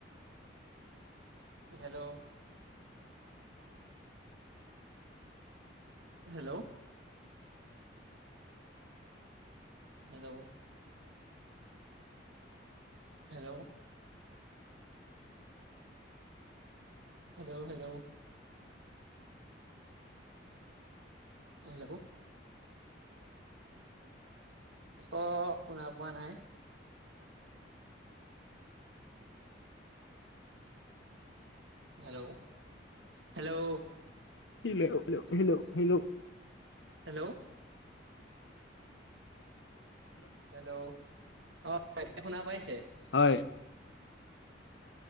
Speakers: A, on the right (about 85°); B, on the left (about 75°).
A: Hello. Hello. Hello. Hello. Hello, hello. Hello. অহ, শুনা পোৱা নাই? Hello, ' hello.
B: Hello-hello, hello, hello.
A: Hello. Hello অহ, এতিয়া শুনা পাইছে?
B: হয়।